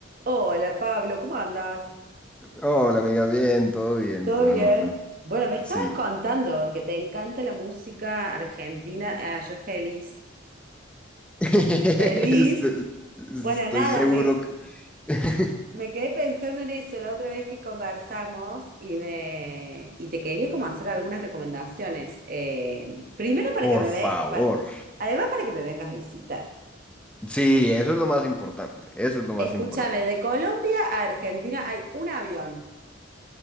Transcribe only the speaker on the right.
Hola Pablo, ¿cómo andas?
¿Todo
bien?
Bueno, me estabas
contando que te encanta la música argentina. Ah, yo feliz.
¿Feliz?
Bueno, nada,
me,
me quedé pensando en eso la otra vez que conversamos y, me, y te quería como hacer algunas recomendaciones. Eh, primero para
que me
ve, pa- además para que me vengas a visitar.
Escúchame,
de Colombia a Argentina hay un avión.